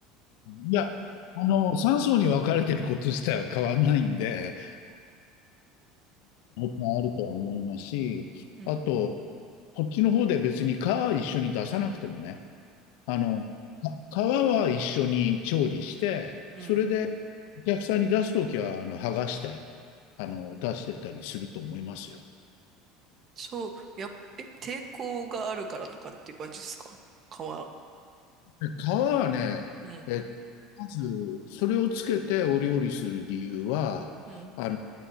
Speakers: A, on the left; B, on the right.
A: いや、あの、3層に分かれてること自体は変わんないんで、もあるとは思いますし、
B: う。うん。
A: あと、こっちの方で別に皮は一緒に出さなくてもね、あの、か皮は一緒に調理して、
B: うん。
A: それでお客さんに出すときは、あの、剥がして、あの、出してたりすると思いますよ。
B: そう、やっ、え、抵抗があるからとかっていう感じですか皮。う
A: で皮はね、
B: ん。
A: え、まず、それをつけてお料理する理由は、
B: うん。
A: あの、